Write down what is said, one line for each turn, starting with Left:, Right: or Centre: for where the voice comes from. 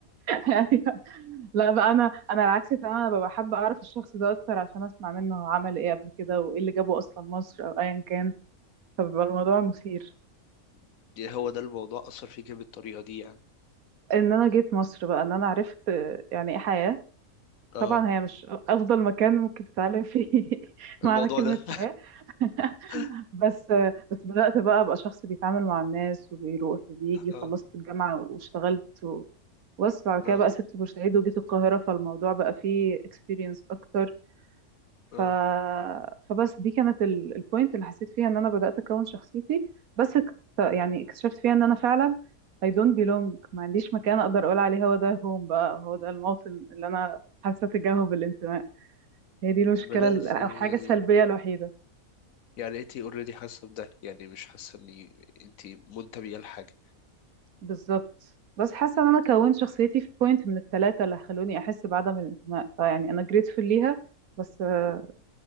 Right: ايوه لا بقى انا انا العكس تماما ببقى حابه اعرف الشخص ده اكتر عشان اسمع منه هو عمل ايه قبل كده وايه اللي جابه اصلا مصر او ايا كان فبيبقى الموضوع مثير
Left: <laughs> يعني هو ده الموضوع أثر فيك بالطريقة دي يعني
Right: ان انا جيت مصر بقى ان انا عرفت يعني ايه حياة طبعا
Left: اه
Right: هي مش افضل مكان ممكن تتعلم فيه <laughs> معنى
Left: الموضوع
Right: كلمة
Left: ده
Right: حياة <laughs>
Left: <laughs>
Right: بس بس بدأت بقى ابقى شخص بيتعامل مع الناس وبيروح وبيجي وخلصت
Left: اه
Right: الجامعة واشتغلت و... بس بعد كده
Left: اه
Right: بقى سبت بورسعيد وجيت القاهرة فالموضوع بقى فيه experience اكتر ف...
Left: اه
Right: فبس دي كانت البوينت اللي حسيت فيها ان انا بدأت اكون شخصيتي بس اكت... يعني اكتشفت فيها ان انا فعلا I don't belong ما عنديش مكان اقدر اقول عليه هو ده هوم بقى هو ده الموطن اللي انا حاسه تجاهه بالانتماء هي دي المشكله
Left: بدأت
Right: ال- او
Left: يعني
Right: الحاجه السلبيه الوحيده
Left: يعني انتي اوريدي حاسة بده يعني مش حاسة اني انتي منتبهة لحاجة
Right: بالظبط بس حاسه ان انا كونت شخصيتي في بوينت من الثلاثه اللي خلوني احس بعدم الانتماء فيعني انا grateful ليها بس آه،